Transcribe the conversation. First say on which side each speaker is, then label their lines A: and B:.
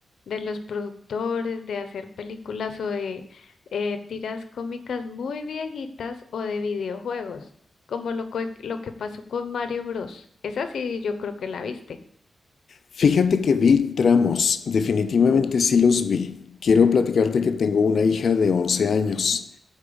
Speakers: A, on the left; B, on the left.
A: de los productores de hacer películas o de eh, tiras cómicas muy viejitas o de videojuegos, como lo, que- lo que pasó con Mario Bros. Esa sí, yo creo que la viste.
B: Fíjate que vi tramos, definitivamente sí los vi. Quiero platicarte que tengo una hija de 11 años.